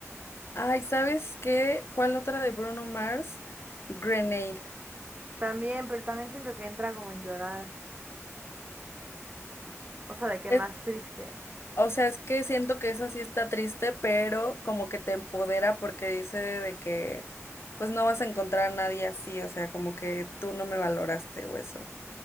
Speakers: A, on the left; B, on the right.
A: Ay, ¿sabes qué? ¿Cuál otra de Bruno Mars? Grenade.
B: También, pero también siento que entra como en llorar. O sea, de que
A: Es-
B: más triste.
A: o sea, es que siento que esa sí está triste, pero como que te empodera porque dice de que pues no vas a encontrar a nadie así, o sea, como que tú no me valoraste o eso.